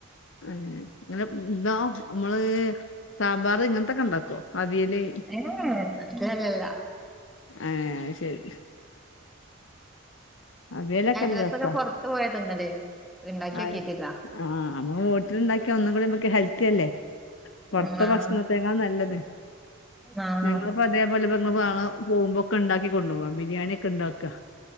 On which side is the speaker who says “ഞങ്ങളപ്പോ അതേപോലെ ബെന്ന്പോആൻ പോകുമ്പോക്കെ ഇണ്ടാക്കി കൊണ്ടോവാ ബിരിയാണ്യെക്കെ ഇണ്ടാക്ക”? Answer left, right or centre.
Left